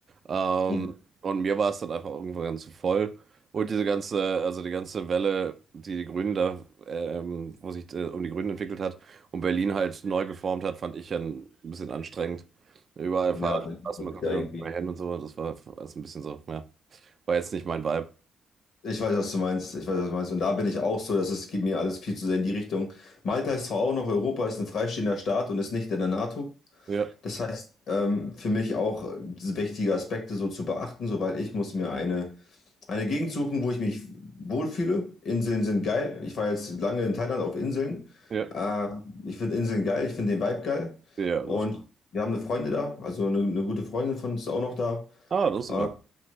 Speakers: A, on the right (about 45°); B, on the left (about 65°).
A: Ähm,
B: hm,
A: und mir war es dann einfach irgendwann zu voll. Und diese ganze, also die ganze Welle, die die Grünen da, ähm, wo sich äh, um die Grünen entwickelt hat und Berlin halt neu geformt hat, fand ich ja ein bisschen anstrengend. Überall
B: ja,
A: Fahrradstraßen,
B: bin ich
A: man konnte
B: ja
A: nirgendwo
B: irgendwie.
A: mehr hin und so. Das war alles ein bisschen so, ja. War jetzt nicht mein Vibe.
B: Ich weiß, was du meinst. Ich weiß, was du meinst. Und da bin ich auch so, dass es geht mir alles viel zu sehr in die Richtung. Malta ist zwar auch noch Europa, ist ein freistehender Staat und ist nicht in der NATO.
A: Ja,
B: Das heißt, ähm, für mich auch wichtige Aspekte so zu beachten, soweit ich muss mir eine eine Gegend suchen, wo ich mich wohlfühle. Inseln sind geil. Ich war jetzt lange in Thailand auf Inseln.
A: ja,
B: Äh, ich finde Inseln geil, ich finde den Vibe geil.
A: ja.
B: Und
A: Das,
B: wir haben eine Freundin da, also eine, eine gute Freundin von uns ist auch noch da.
A: ah, das ist
B: Äh,
A: aber.